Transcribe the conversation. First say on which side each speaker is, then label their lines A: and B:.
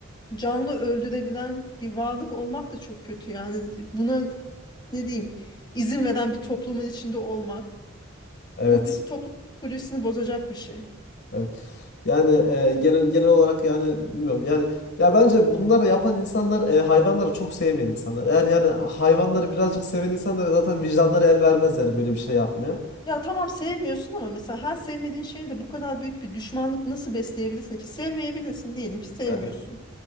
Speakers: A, on the left (about 25°); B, on the left (about 55°).
A: canlı öldürebilen bir varlık olmak da çok kötü yani buna ne diyeyim izin veren bir toplumun içinde olmak
B: Evet.
A: bu bütün toplum psikolojisini bozacak bir şey.
B: Evet. Yani e, genel genel olarak yani bilmiyorum. Yani ya bence bunları yapan insanlar e, hayvanları çok sevmeyen insanlar. Eğer yani hayvanları birazcık seven insanlar zaten vicdanları el vermez yani böyle bir şey yapmaya.
A: Ya tamam sevmiyorsun ama mesela her sevmediğin şeye de bu kadar büyük bir düşmanlık nasıl besleyebilirsin ki? Sevmeyebilirsin diyelim ki sevmiyorsun.
B: E,